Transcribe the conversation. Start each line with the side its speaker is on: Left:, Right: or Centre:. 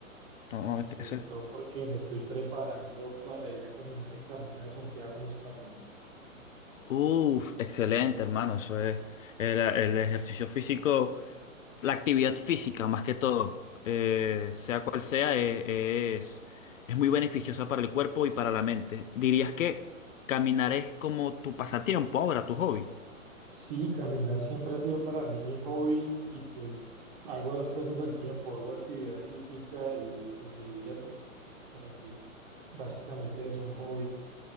Left: no,
Right: Eh,
Left: no, es
Right: sobre
Left: que ese-
Right: todo porque me estoy preparando para ir a caminar el Camino de Santiago en España.
Left: Uf, excelente, hermano. Eso es el, el ejercicio físico, la actividad física más que todo, eh, sea cual sea, eh, es, es muy beneficiosa para el cuerpo y para la mente. ¿Dirías que caminar es como tu pasatiempo ahora, tu hobby?
Right: Sí, caminar siempre ha sido para mí mi hobby y pues hago dos cosas al tiempo, hago actividad física y pues me divierto porque es- para mí es, básicamente es un hobby.